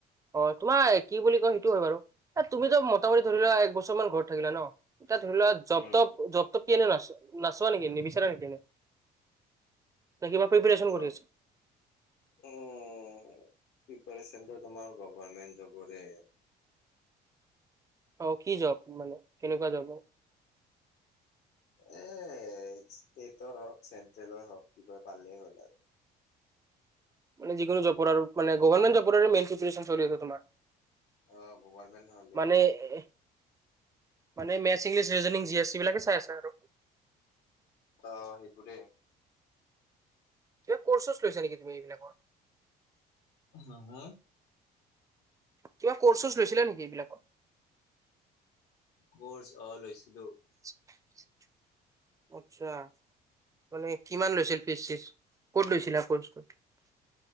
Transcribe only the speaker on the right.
অ', তোমাই কি বুলি কয় সেইটো হয় বাৰু। এ, তুমিতো মটামুটি ধৰি লোৱা এক বচ চুমন ঘৰত থাকিলা ন'। এতিয়া ধৰি লোৱা জপ
তপ জপ ত কি এনে নাচ-নাচোৱা নেকি? নিবিচাৰা নেকি এনে? না কিবা প্ৰিপেৰেচন
কৰি আছ
অ', কি জব মানে? কেনেকুৱা জব মানে?
<unintelligible> যিকোনো জপৰ আৰু মানে গভাৰমেণ্ট জপৰে মেইন প্ৰিপেৰেচন চলি আছে তোমাৰ।
মানে
এহ মানে maths, English, reasonings, G S T বিলাকে চাই আছা আৰু।
<unintelligible> কৰ্চ চৰ্চ লৈছা নেকি তুমি এনেকুৱা?
কিবা কৰ্চ - চৰ্চ লৈছিলা নেকি এইবিলাকত?
<inaudible> আচ্ছা। মানে কিমান লৈছিল ফিছ চিচ? ক'ত লৈছিলা কৰ্চটো?